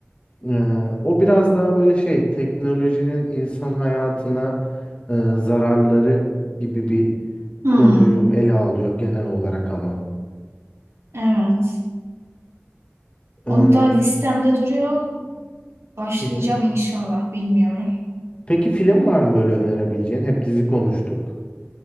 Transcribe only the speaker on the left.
E, o biraz daha böyle şey teknolojinin insan hayatına e, zararları gibi bir
konuyu ele alıyor genel olarak ama.
E, hı
hı.
Peki film var mı böyle önerebileceğin? Hep dizi konuştuk.